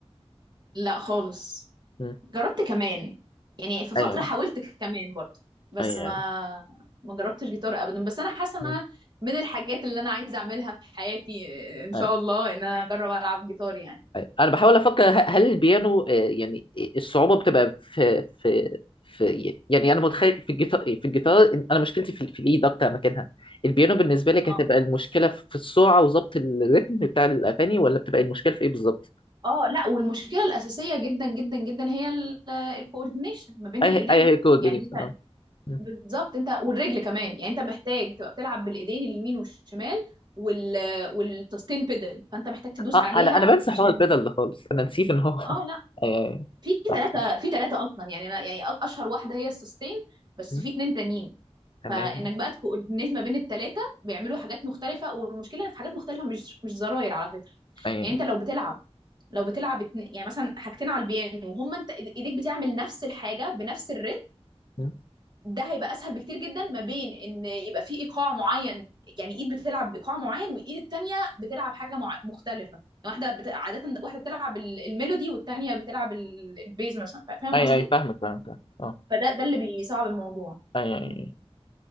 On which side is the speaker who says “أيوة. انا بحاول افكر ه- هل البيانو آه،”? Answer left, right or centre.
Left